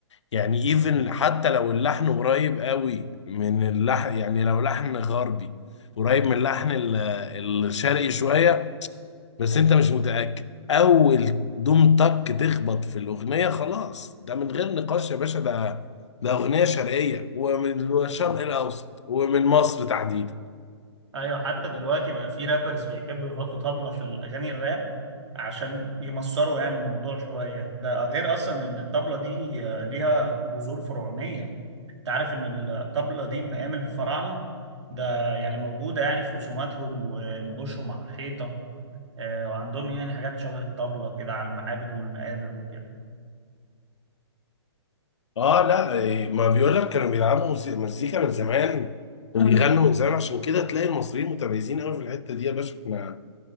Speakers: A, on the left (about 85°); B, on the right (about 80°).
A: يعني ايفن حتى لو اللحن قريب قوي من اللحن يعني لو لحن غربي قريب من اللحن ال- الشرقي شوية بس انت مش متأكد اول دوم تك تخبط في الاغنية خلاص ده من غير نقاش يا باشا ده ده اغنية شرقية ومن الشرق الاوسط ومن مصر تحديدا
B: ايوه حتى دلوقتي بقى في رابرز بيحبوا يحطوا طبلة في الاغاني الراب عشان يمصروا يعني الموضوع شوية ده غير اصلا ان الطبلة دي آه، ليها جذور فرعونية انت عارف ان الطبلة دي من ايام الفراعنة ده يعني موجودة يعني في رسوماتهم ونقوشهم على الحيطة آه، وعندهم يعني حاجات شبه الطبلة كده على المعابد والمقابر وكده
A: اه لا إيه، ما بيقول لك كانوا بيلعبوا موسي- مزيكا من زمان اه وبيغنوا من زمان عشان كده تلاقي المصريين متميزين قوي في الحتة دي يا باشا احنا